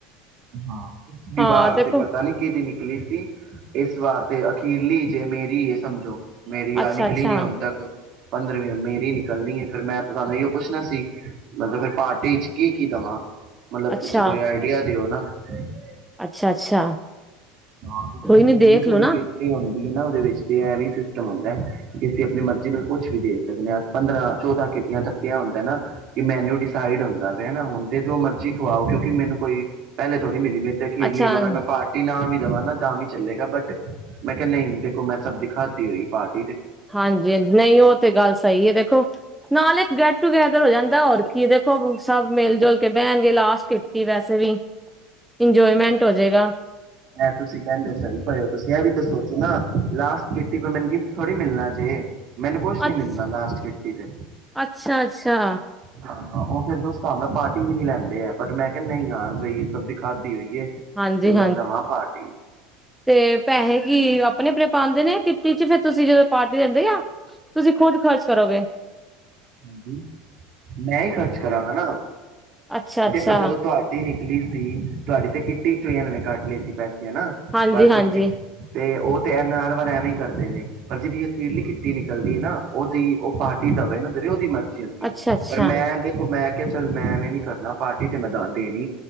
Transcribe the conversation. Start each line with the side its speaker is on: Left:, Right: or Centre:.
Right: ਹਾਂ, ਪਿਛਲੀ
Centre: ਹਾਂ
Right: ਵਾਰ
Centre: ਦੇਖੋ
Right: ਤੇ, ਪਤਾ ਨੀ ਕਿਹਦੀ ਨਿਕਲੀ ਸੀ, ਏਸ ਵਾਰ ਤੇ ਅ ਕੀਰਲੀ ਜੇ ਮੇਰੀ ਏ, ਸਮਝੋ। ਮੇਰੀ, ਆਹ
Centre: ਅੱਛਾ
Right: ਨਿਕਲੀ
Centre: ਅੱਛਾ
Right: ਨੀ ਹੁਣ ਤੱਕ। ਪੰਦਰਵੀਂ ਹਣ ਮੇਰੀ ਨਿਕਲਣੀ ਏ, ਫੇਰ ਮੈਂ ਤੁਹਾਨੂੰ ਏਹੀੳ ਪੁਛਣਾ ਸੀ। ਮਤਲਬ ਫਿਰ ਪਾਰਟੀ ਚ ਕੀ, ਕੀ ਦਵਾਂ? ਮਤਲਬ
Centre: ਅੱਛਾ
Right: ਤੁਸੀਂ ਕੋਈ ਆਈਡੀਆ ਦਿਓ ਨਾ। <unintelligible>
Centre: ਅੱਛਾ, ਅੱਛਾ।
Right: ਨਾ, ਤੁ
Centre: ਕੋਈ
Right: ਅਖੀਰਲੀ
Centre: ਨੀ ਦੇਖ
Right: ਛੇੜੀ
Centre: ਲੋ ਨਾ
Right: ਕਿਟੀ ਹੁੰਦੀ। ਨਾ ਉਹਦੇ ਵਿੱਚ ਤੇ ਐ ਵੀ ਸਿਸਟਮ ਹੁੰਦਾ ਕਿ, ਅਸੀਂ ਆਪਣੀ ਮਰਜ਼ੀ ਨਾਲ ਕੁੱਛ ਵੀ ਦੇ ਸਕਦੇ ਹਾਂ, ਪੰਦਰਾਂ, ਚੌਦਾਂ, ਕੀਤੀਆਂ ਥੱਕਿਆ ਹੁੰਦੈ ਨਾ, ਕਿ ਮੈਨੂ ਡਿਸਾਈਡ ਹੁੰਦਾ ਵੇ ਨਾ ਹੁਣ ਤੇ, ਜੋ ਮਰਜੀ ਖਵਾਓ ਕਿਉਂਕਿ, ਮੈਨੂੰ ਕੋਈ ਪਹਿਲੇ ਥੋ ਮਿਲੀ ਮੈਂ ਇਥ ਖੇਲੀ
Centre: ਅੱਛਾ
Right: ਮਗਰ ਮੈਂ, ਪਾਰਟੀ ਨਾਲ ਵੀ ਤਾਂ ਵੀ ਚੱਲੇਗਾ ਬਟ, ਮੈਂ ਕਿਹਾ ਨਹੀਂ, ਦੇਖੋ ਮੈਂ ਸਭ ਦਿਖਾਤੀ ਹੋਈ ਪਾਰਟ
Centre: ਹਾਂਜੀ, ਨਹੀਂ, ਉਹ ਤੇ, ਗੱਲ ਸਹੀ ਹੈ ਦੇਖੋ। ਨਾਲੇ ਇੱਕ ਗੈਟ ਟੂਗੈਦਰ ਹੋ ਜਾਂਦਾ ਹੋਰ ਕੀ ਏ, ਦੇਖੋ ਸਭ ਮਿਲ ਜੁਲ ਕੇ ਬਹਿਣਗੇ, ਲਾਸਟ ਕਿੱਟੀ ਏ ਵੈਸੇ ਵੀ। ਇੰਜੋਏਮੈਂਟ ਹੋਜੇਗਾ‌
Right: ਇਹਂ ਤੁਸੀਂ ਕਹਿੰਦੇ ਹੋ ਸਹੀ ਭਏ ਹੋ, ਤੁਸੀਂ ਇਹ ਵੀ ਤੇ ਸੋਚੋ ਨਾ। ਲਾਸਟ ਕੀਟੀ, ਕੋਈ ਮੈਨੂੰ ਗਿਫਟ ਥੋੜੀ ਮਿਲਣਾ ਜੇ। ਮੈਨੂੰ, ਕੁਛ ਨੀ
Centre: ਅੱਛ
Right: ਮਿਲਣਾ ਲਾਸਟ ਕਿੱਟੀ ਤੇ।
Centre: ਅੱਛਾ ਅੱਛਾ
Right: ਉਹ ਫੇਰ ੳਸ ਹਿਸਾਬ ਨਾਲ ਪਾਰਟੀ ਵੀ ਨੀ ਲੈਂਦੇ ਆ, ਬਟ ਮੈਂ ਕਿਹਾ ਨਹੀਂ ਯਾਰ ਬਈ ਸਭ ਖਾਧੀ ਹੋਈਏ ਤੇ,
Centre: ਹਾਂਜੀ
Right: ਮੈਂ, ਦਵਾਂ ਪਾਰਟੀ
Centre: ਤੇ ਪੈਹੇ ਕੀ, ਆਪਣੇ ਆਪਣੇ ਪਾਂਦੇ ਨੇ ਕਿੱਟੀ ਚ, ਫੇਰ ਤੁਸੀਂ ਜਦੋਂ ਪਾਰਟੀ ਦਿੰਦੇ ਆ ਤੁਸੀਂ ਖੁਦ ਖਰਚ ਕਰੋਗੇ
Right: ਹਜੀ ਮੈਂ ਹੀ ਖਰਚ ਕਰਾਂ ਗਾਂ, ਨਾ,
Centre: ਅੱਛਾ ਅੱਛਾ
Right: ਦੇਖੋ, ਜਦੋਂ ਤੁਹਾਡੀ ਨਲ ਸੀ ਤੁਹਾਡੀ ਤੇ, ਕਿੱਟੀ ਚੋਂ ਹੀ ਇਹਨਾਂ ਨੇ ਕਾਟ ਲੇ ਸੀ ਪੈਸੇ। ਹਨਾ,
Centre: ਹਾਂਜੀ
Right: ਬ,
Centre: ਹਾਂਜੀ
Right: ਤੇ, ਉਹ ਤੈ ਹਰ ਵਾਰ ਐਵੇਂ ਕਰਦੇ ਨੇ ਪਰ ਜਿਹੜੀ ਜਿਦੀ ਕਿਿੱਟੀ ਨਿਕਲਦੀ ਹੈ ਨਾ ਉਹਦੀ ਉਹ ਪਟੀ ਦਵੇ ਨਾ ਜੀਵੇ ਉਹਦੀ ਮਰਜ਼ੀ
Centre: ਅੱਛਾ ਅੱਛਾ
Right: ਪਰ ਮੈਂ ਦੇਖੋ ਮੈਂ ਚੱਲ ਮੈਂ ਐਵੇਂ ਨੀ ਕਰਨਾ ਪਾਰਟੀ ਤੇ ਮੈਂ ਦਾਂ ਦੇ